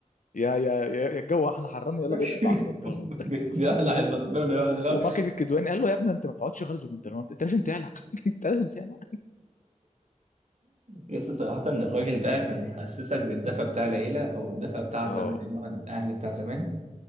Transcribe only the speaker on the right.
<laughs>
بيقلع البنطلون ويقعد اللي
هو
بس صراحه ان الراجل ده كان يحسسك بالدفى بتاع العيله او الدفى بتاع
زمان اللي هو الاهل بتاع زمان